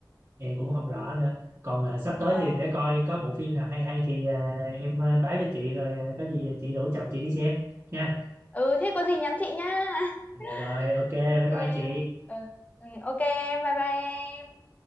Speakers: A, on the right; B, on the left.
A: em cũng không rõ nữa còn à, sắp tới
B: Ờ,
A: thì để coi có bộ phim nào hay hay thì à, em à, báo cho chị rồi à, có gì chị rủ chồng chị đi xem nha
B: ừ thế có gì nhắn chị nhá <laughs>
A: dạ rồi ok bye
B: ok
A: bye chị
B: ừ, ừ ok em bye bye em